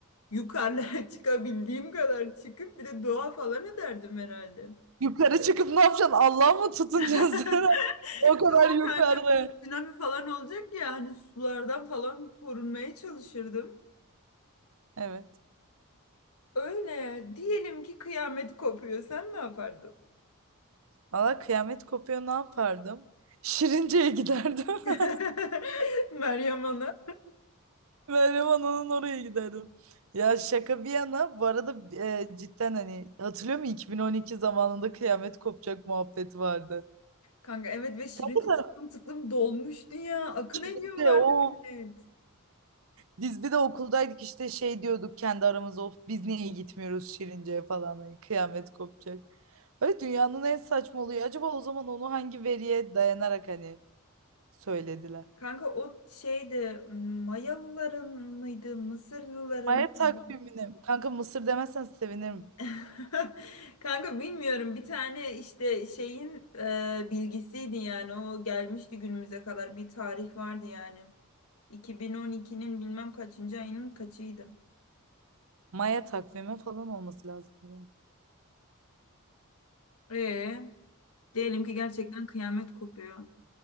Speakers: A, on the left; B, on the right.
A: yukarılara <laughs> çıkabildiğim kadar çıkıp bir de doğa falan ederdim herhalde.
B: Yukarı çıkıp ne yapacaksın? Allah'a mı tutunacaksın?
A: <laughs>
B: sen? <laughs> O kadar
A: Yok
B: yukarı.
A: kanka tsunami falan olacak ya hani sulardan falan korunmaya çalışırdım.
B: Evet.
A: Öyle diyelim ki kıyamet kopuyor sen ne yapardın?
B: Valla kıyamet kopuyor ne yapardım? Şirince'ye giderdim.
A: <laughs>
B: <laughs>
A: Meryem Ana.
B: Meryem onun oraya giderdim. Ya şaka bir yana bu arada e, cidden hani hatırlıyor musun 2012 zamanında kıyamet kopacak muhabbeti vardı.
A: Kanka evet ve Şirince
B: Kanka sen
A: tıklım tıklım dolmuştu ya. Akın ediyorlardı
B: önce o
A: millet.
B: biz bir de okuldaydık işte şey diyorduk kendi aramızda of biz niye gitmiyoruz Şirince'ye falan hani kıyamet kopacak. Öyle dünyanın en saçma oluyor. Acaba o zaman onu hangi veriye dayanarak hani söylediler?
A: Kanka o şeydi Mayalıların mıydı Mısırlıların
B: Maya takvimine.
A: mıydı?
B: Kanka Mısır demezsen sevinirim.
A: <laughs> Kanka bilmiyorum bir tane işte şeyin e, bilgisiydi yani o gelmişti günümüze kadar bir tarih vardı yani. 2012'nin bilmem kaçıncı ayının kaçıydı.
B: Maya takvimi falan olması lazım. Yani
A: Ee, diyelim ki gerçekten kıyamet kopuyor.